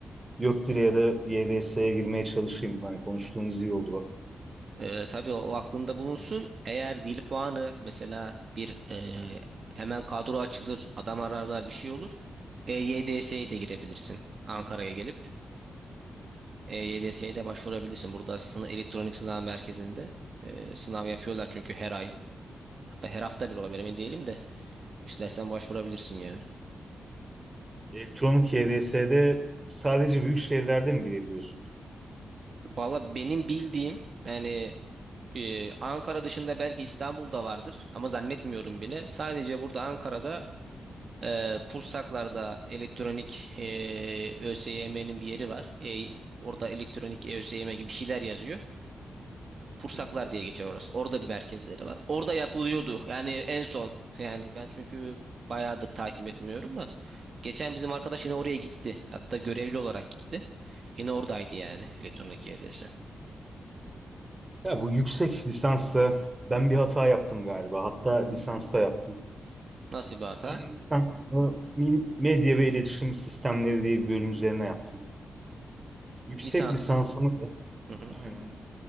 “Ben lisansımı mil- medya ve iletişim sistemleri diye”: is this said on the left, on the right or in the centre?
Right